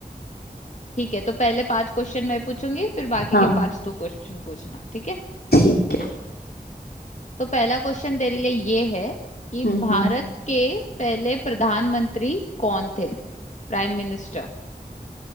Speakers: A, on the left (about 50°); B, on the left (about 85°).
A: ठीक है तो पहले पांच क्वेश्चन मैं पूछूंगी फिर बाकी
B: हाँ
A: के पांच तू क्वेश्चन पूछना ठीक है
B: ठीक है
A: तो पहला क्वेश्चन तेरे लिए ये है कि
B: हम्म
A: भारत
B: हम्म
A: के पहले प्रधानमंत्री कौन थे प्राइम मिनिस्टर